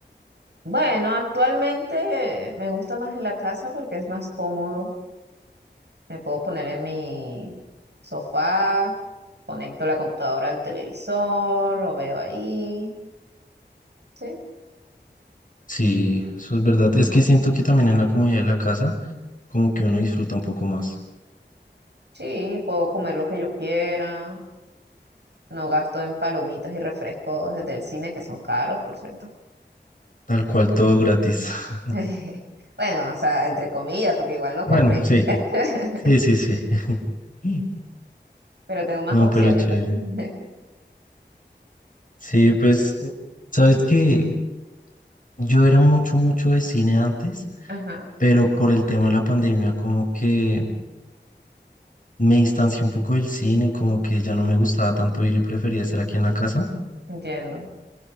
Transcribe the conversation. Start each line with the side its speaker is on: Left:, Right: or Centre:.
Right: Bueno, actualmente me gusta más en la casa porque es más cómodo. Me puedo poner en mi sofá, conecto la computadora al televisor, lo veo ahí. Sí,
Left: Sí, eso es verdad. Es que siento que también en la comodidad de la casa, como que uno disfruta un poco más.
Right: sí, puedo comer lo que yo quiera. No gasto en palomitas y refrescos desde el cine, que son caros, por cierto.
Left: Tal cual, todo gratis. <laughs>
Right: <laughs> Bueno, o sea, entre comillas, porque igual los
Left: Bueno,
Right: compré.
Left: sí,
Right: <laughs>
Left: sí, sí, sí. Mm.
Right: Pero tengo más
Left: No,
Right: opciones,
Left: pero chévere.
Right: pues. <laughs>
Left: Sí, pues, eh, sabes que yo era mucho, mucho de cine antes,
Right: Ajá,
Left: pero por el tema de la pandemia, como que me distancié un poco del cine, como que ya no me gustaba tanto ir y prefería estar aquí en la casa.
Right: entiendo.